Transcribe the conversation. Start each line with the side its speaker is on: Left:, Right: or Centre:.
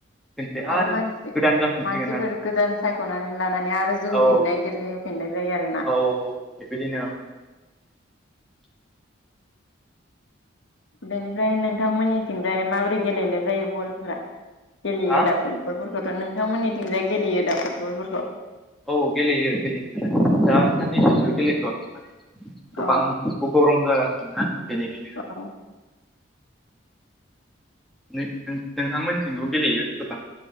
Centre: खनसे
Left: आरो मानसि
Centre: गोदान जाफिनसिगोन
Left: मानसिफोर
Centre: आरो
Left: गोदान सायख'नानै लानानै आरो जोहोफिननाय
Centre: औ
Left: गेलेयो। फिननाय जायो आरोना।
Centre: औ औ बेबायदिनो औ <inaudible>
Left: बेनिफ्राय नोंथांमोननिथिंजाय माबोरै गेलेनाय जायो बलफोरा गेलेयो
Centre: हा
Left: दा फुटबलफोरखौथ' नोंथांमोननिथिंजाय गेलेयो दा फुटबलफोरखौ
Centre: औ गेलेयो गेलेनायालाय दा साननैसोसो गेलेथ'वाखै गोबां
Left: अ
Centre: गरम जागासिनो ना। बेनिखायनो
Left: औ
Centre: नोंथांमोनथिंथ' गेलेयो गोबां।